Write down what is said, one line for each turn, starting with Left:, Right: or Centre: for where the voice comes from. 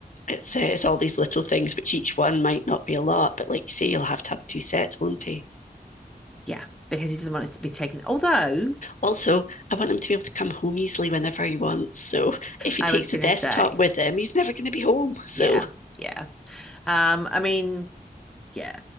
Left: It's uh, it's all these little things, which each one might not be a lot, but like you say, you'll have to have two sets, won't you?
Centre: Yeah, because he doesn't want it to be taken. Although
Left: Also, I want him to be able to come home easily whenever he wants. So if he
Centre: I
Left: takes
Centre: was gonna
Left: the desktop
Centre: say,
Left: with him, he's never going to be home. So,
Centre: yeah, yeah. Um, I mean, yeah,